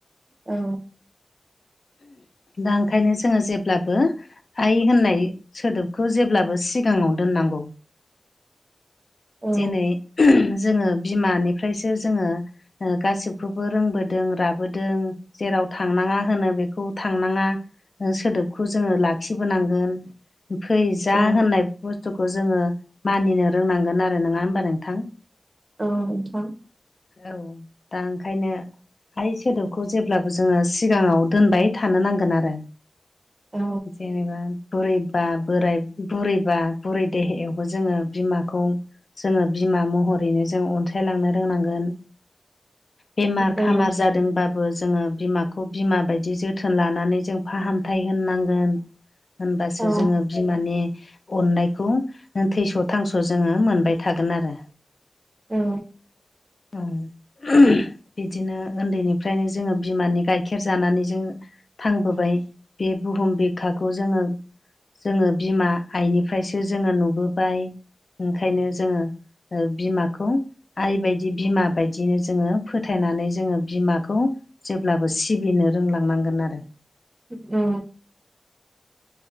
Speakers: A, on the right (about 40°); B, on the left (about 55°).
A: औ
B: दा ओंखायनो जोङो जेब्लाबो आइ होननाय सोदोबखौ जेब्लाबो सिगाङाव दोननांगौ।
A: औ
B: दिनै जोङो बिमानिफ्रायसो जोङो गासिबखौबो रोंबोदों राबोदों। जेराव थांनाङा होनो बेखौ थांनाङा। ओ सोदोबखौ जोङो लाखिबोनांगोन। फै जा
A: औ
B: होननाय बुस्थुखौ जोङो मानिनो रोंनांगोन आरो नङा हबा नोंथां।
A: औ नोंथां
B: औ दा ओंखायनो आइ सोदोबखौ जेब्लाबो जोङो सिगाङाव दोनबाय थानो नांगोन आरो।
A: औ
B: जेनेबा बुरैबा बोराय बुरैबा बुरै देहायावबो जोङो बिमाखौ जोङो बिमा महरैनो जों अनसायलांनो रोंनांगोन बेमार खामार
A: औ
B: जादोंबा बो जोङो बिमाखौ बिमा बायदि जोथोन लानानै जों फाहामथाय होननांगोन। होनबासो
A: औ
B: जोङो बिमानि अननायखौ थैस' थांस' जोङो मोनबाय थागोन आरो
A: औ
B: औ बिदिनो उन्दैनिफ्रायनो जोङो बिमानि गाइखेर जानानै जों थांबोबाय बे बुहुम बिखाखौ जोङो जोङो बिमा आइनिफ्रायसो जोङो नुबोबाय ओंखायनो जोङो ओ बिमाखौ आइ बायदि बिमा बायदिनो जोङो फोथायनानै जोङो बिमाखौ जेब्लाबो सिबिनो रोंलांनांगोन आरो
A: उ